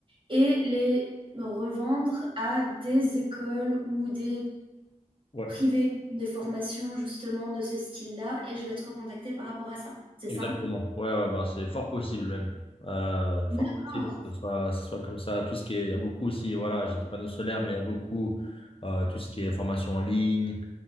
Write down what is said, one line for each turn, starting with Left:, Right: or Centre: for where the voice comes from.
Right: et les revendre à des écoles ou des
Left: ouais,
Right: privés, des formations justement de ce style-là et je vais être recontactée par rapport à ça. C'est
Left: exactement.
Right: ça?
Left: Ouais, ouais, bah, c'est fort possible même. Euh, fort
Right: D'accord.
Left: possible que ce soit, ce soit comme ça. Tout ce qui est, il y a beaucoup aussi, voilà, j'ai dit panneaux solaires, mais il y a beaucoup, euh, tout ce qui est formation en ligne,